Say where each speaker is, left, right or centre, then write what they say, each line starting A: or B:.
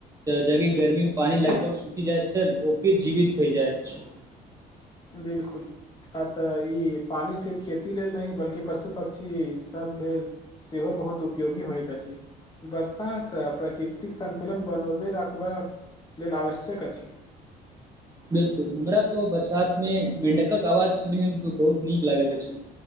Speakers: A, on the right (about 20°); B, on the left (about 25°).
A: जग गर्मी मे पानी लगभग सुखी जायत छल। ओ फिर जीवित भी जायइत अछी।
B: बिलकुल। अ तऽ ई पानि सिर्फ खेती लेल नही, बल्कि पशु -पक्षी सब भेल। सेहो बहुत उपयोगी होइत अछि। बर्षा तऽ प्रकृतिक संन्तुलन बनबे रखबाक लेल आवश्यक अछि।
A: बिल्कुल! हमरा तऽ बरसातमे मेडकक आवाज सुनैमे बहुत नीक लागैत अछि।